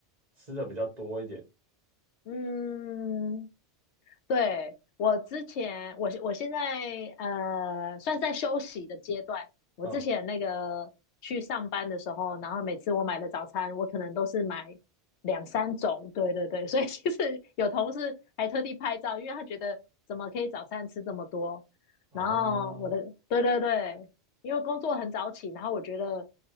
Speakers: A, on the right (about 35°); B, on the left (about 75°).
A: 吃的比较多一点。
B: 嗯，对，我之前，我我现在呃，算是在休息的阶段。我之前那个去上班的时候，
A: 嗯，
B: 然后每次我买的早餐，我可能都是买两三种。对对对，<laughs> 所以其实有同事还特地拍照，因为他觉得怎么可以早餐吃这么多。
A: 哦
B: 然后我的，对对对，因为工作很早起，然后我觉得